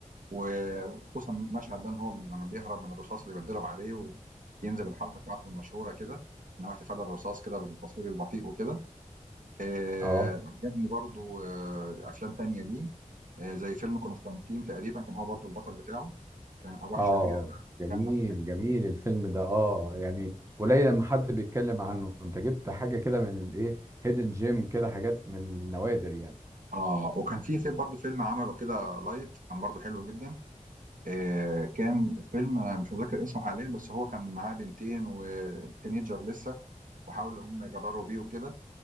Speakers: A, on the right; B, on the right.
A: وخصوصا مشهد ده ان هو لما بيهرب من الرصاص اللي بيتضرب عليه وينزل الحركه بتاعته المشهوره كده ان هو احتفال الرصاص كده بالتصوير البطيء وكده آه،
B: اه
A: عجبني برضو آه، افلام تانية ليه آه، زي فيلم قسطنطين تقريبا كان هو برضو البطل بتاعه كان ارواح
B: اه
A: شريره بقى
B: جميل
A: خامه في حياته.
B: جميل الفيلم ده اه يعني قليل لما حد بيتكلم عنه انت جبت حاجه كده من الايه هيدن جيم كده حاجات من نوادر يعني
A: اه وكان في في برضو فيلم عمله كده لايت كان برضو حلو جدا آه، كان فيلم انا مش متذكر اسمه حاليا بس هو كان معاه بنتين وتينيجر لسه وحاولوا هم يجرروا بيه وكده